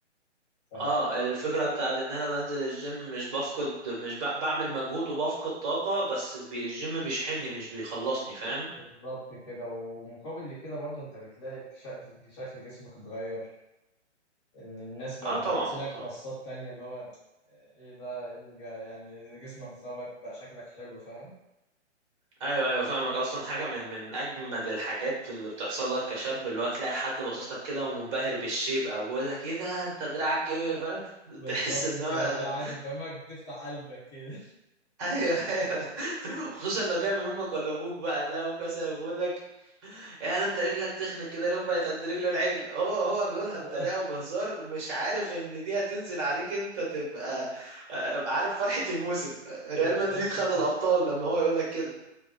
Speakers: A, on the left; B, on the right.
A: ف
B: اه الفكرة بتاعت ان انا بنزل الجيم مش بفقد مش ب... بعمل مجهود وبفقد طاقة بس بي... الجيم بيشحنني مش بيخلصني فاهم
A: بالظبط كده ومقابل لكده برضو انت بتلاقي شكل شكل جسمك اتغير ان الناس بقت
B: اه
A: بتبصلك
B: طبعا طبعا
A: بصات تانية اللي هو ايه ده ايه الج- يعني جسمك ظبط بقى شكلك حلو فاهم
B: ايوه ايوه فاهمك اصلا حاجة من من اجمد الحاجات اللي بتحصل لك كشاب اللي هو تلاقي حد باصص لك كده ومنبهر بالشيب او بيقول لك ايه ده انت دراعك كبر فاهم <laughs>
A: بالظبط
B: تحس ان هو
A: كده ده عايز افهمك بتفتح قلبك كده
B: ايوه ايوه <laughs> خصوصا لو جاي من امك ولا ابوك بقى تلاقي ابوك مثلا بيقول لك يا انت رجلك تخنق كده ليه بقت قد رجل العجل هو هو بيقولها
A: <laughs>
B: بطريقه وبهزار مش عارف ان دي هتنزل عليك انت تبقى آه، آه، عارف فرحه الموسم ريال
A: بالظبط
B: مدريد خد الابطال
A: كده
B: لما هو يقول لك كده